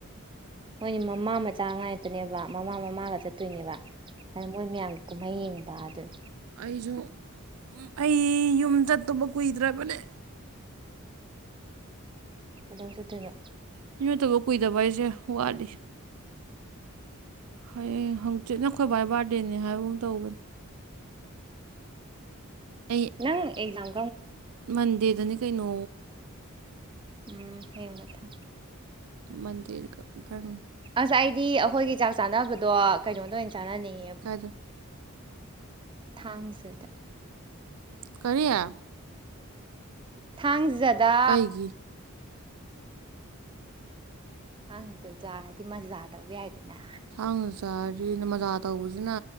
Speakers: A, on the right; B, on the right.
A: ꯃꯣꯏꯒꯤ ꯃꯃꯥ ꯃꯆꯥ ꯉꯥꯢꯕꯅꯦꯕ ꯃꯃꯥ ꯃꯃꯥꯒ ꯆꯠꯇꯣꯏꯅꯤꯅ ꯑꯗꯨ ꯃꯣꯏ ꯃꯌꯥꯝꯒꯤ ꯀꯨꯝꯍꯩ ꯌꯦꯡꯕ ꯍꯥꯢꯗꯨꯅꯤ
B: ꯑꯩꯁꯨ ꯑꯩ ꯌꯨꯝ ꯆꯠꯇꯨꯕ ꯀꯨꯏꯗ꯭ꯔꯕꯅꯦ
A: ꯑꯗꯨꯝ ꯆꯠꯇꯣꯏꯅꯣ
B: ꯁꯤ ꯅꯠꯇꯕ ꯀꯨꯏꯗꯕ ꯍꯥꯏꯁꯦ ꯋꯥꯠꯂꯤ ꯍꯌꯦꯡ ꯍꯪꯆꯤꯠꯅ ꯈꯣꯏ ꯕꯥꯏ ꯕꯥꯔꯗꯦꯅꯦ ꯍꯥꯏꯕꯒꯨꯝ ꯇꯧꯕꯅꯦ ꯑꯩ
A: ꯅꯪ ꯑꯦꯛꯖꯝ
B: ꯃꯟꯗꯦꯗꯅꯤ ꯀꯩꯅꯣ
A: ꯎꯝ ꯍꯦꯡ ꯃꯊꯥ
B: ꯃꯟꯗꯤꯔꯒ ꯒꯪ
A: ꯑꯁ ꯑꯩꯗꯤ ꯑꯩꯈꯣꯏꯒꯤ ꯆꯥꯛ ꯆꯥꯅꯕꯗꯣ ꯗꯣ ꯀꯩꯅꯣꯗ ꯑꯣꯏꯅ ꯆꯥꯟꯅꯅꯤꯡꯉꯦꯕꯨ
B: ꯀꯥꯏꯗ
A: ꯊꯥꯡꯖꯗ
B: ꯀꯔꯤꯌꯥ
A: ꯊꯥꯡꯖꯠ <unintelligible>
B: ꯀꯩꯒꯤ
A: ꯍꯪꯗꯨꯗ ꯆꯥꯔꯗꯤ ꯃꯖꯥ ꯇꯧꯕ ꯌꯥꯏꯗꯅ
B: ꯊꯥꯡꯅ ꯆꯥꯔꯤꯅ ꯃꯣꯖꯥ ꯇꯧꯕꯁꯤꯅ